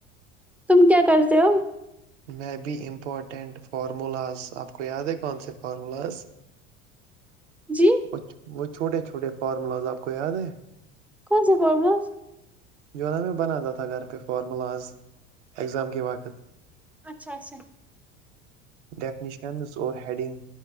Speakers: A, in the centre; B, on the right.
A: تم کیا کرتے ہو
B: میں بی امپورٹینٹ فارمولاز آپ کو یاد ہے کون سے فارمولاز
A: جی
B: وہھ وہھ <unintelligible> چھوٹے چھوٹے فارمولاز آپ کو یاد ہے
A: کون سے پڑمس
B: جو نا میں بناتا تھا گھر پہ فارملاز اگزام کے واقت
A: اچھا اچھا
B: ڈیفنیشنز اور ہیڈنگ